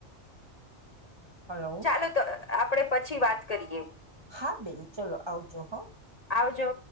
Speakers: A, on the right; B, on the left.
A: હલો
B: ચાલો તો આપડે પછી વાત કરીએ.
A: હા બેન ચલો આવજો હ
B: આવજો